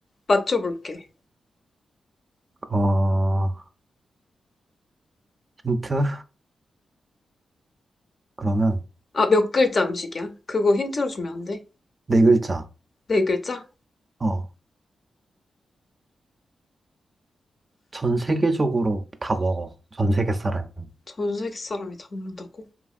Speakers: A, on the left (about 50°); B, on the right (about 35°).
A: 맞춰볼게.
B: 어, 힌트? 그러면
A: 아, 몇 글자 음식이야? 그거 힌트로 주면 안 돼?
B: 네 글자.
A: 네 글자?
B: 어, 전 세계적으로 다 먹어. 전 세계 사람.
A: 전 세계 사람이 다 먹는다고?